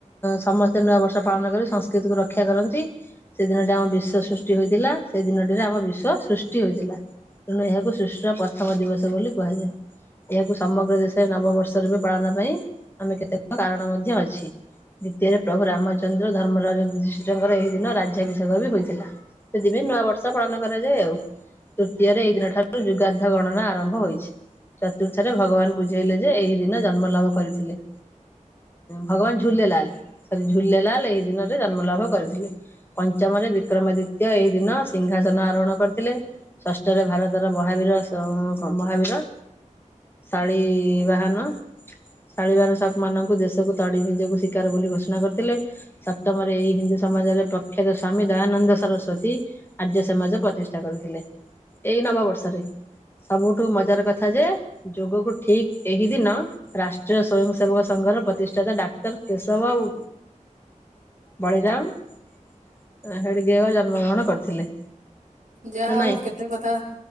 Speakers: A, on the left (about 15°); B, on the right (about 75°).
A: ସମସ୍ତେ ନୂଆ ବର୍ଷ ପାଳନ କରି ସଂସ୍କୃତିକୁୁ ରକ୍ଷା କରନ୍ତି। ସେଦିନଟି ଆମ ବିଶ୍ଵ ସୃଷ୍ଟି ହୋଇଥିଲା ସେ ଦିନ ରେ ଆମ ବିଶ୍ୱ ସୃଷ୍ଟି ସୃଷ୍ଟି ହେଇଥିଲା ତେଣୁ ଏହାକୁ ସୃଷ୍ଟି ର ପ୍ରଥମ ଦିବସ ବୋଲି କୁହାଯାଏ। ଏହାକୁ ସମଗ୍ର ଦେଶରେ ନବବର୍ଷ ରୂପେ ପାଳନ ପାଇଁ ଆମେ କେତେକ କାରଣ ମଧ୍ୟ ଅଛି। ଦ୍ୱିତୀୟରେ ପ୍ରଭୁ ରାମଚନ୍ଦ୍ର ଧର୍ମରାଜ ଯୁଧିଷ୍ଠୀରଙ୍କର ଏହି ଦିନ ରାଜ୍ୟାଭିଷେକ ବି ହୋଇଥିଲା ଥିଲା ସେଥିପାଇଁ ନୂଆ ବର୍ଷ ପାଳନ କରାଯାଏ ଆଉ ତୃତୀୟରେ ଏଇ ଦିନ ଠାରୁ ଯୁଗାଧ ଗଣନା ଆରମ୍ଭ ହୋଇଛି ଚତୁର୍ଥରେ ଭଗବାନ ବୁଝେଇଲେ ଯେ ଏହି ଦିନ ଜନ୍ମ ଲାଭ କରିଥିଲେ। ଭଗବାନ ଝୁଲେଲାଲ ସରି ଝୁଲେଲାଲ ଏଇ ଦିନରେ ଜନ୍ମଲାଭ କରିଥିଲେ। ପଞ୍ଚମରେ ବିକ୍ରମାଦିତ୍ୟ ଏହିଇ ଦିନ ସିଂହାସନ ଆରୋହଣ କରିଥିଲେ। ଷଷ୍ଠରେ ଭାରତର ମହାବୀର ମହାବୀର ଶାଳି ବାହାନ ଶାଳିବାର ଶାକମାନଙ୍କୁ ଦେଶକୁ ତଡ଼ି ନିଜକୁ ଶିକାର ବୋଲି ଘୋଷଣା କରିଥିଲେ। ସପ୍ତମରେ ଏଇ ହିନ୍ଦୁ ସମାଜରେ ପ୍ରଖ୍ୟାତ ସ୍ଵାମୀ ଦୟାନନ୍ଦ ସରସ୍ୱତୀ ଆର୍ଯ୍ୟ ସମାଜ ପ୍ରତିଷ୍ଠା କରିଥିଲେ। ଏଇ ନବବର୍ଷରେ ସବୁଠୁ ମଜାର କଥା ଯେ ଯୋଗକୁ ଠିକ୍ ଏହି ଦିନ ରାଷ୍ଟ୍ରୀୟ ସ୍ଵୟଂ ସେବକ ସଂଘର ପ୍ରତିଷ୍ଠାତା ଡାକ୍ତର କେଶବ ବାବୁ। ବଳିରାମ ହେଡଗେୟ ଜନ୍ମ ଗ୍ରହଣ କରିଥିଲେ।
B: ଯାହା
A: ନା
B: ହଉ
A: ନାଇଁ?
B: କେତେ କଥା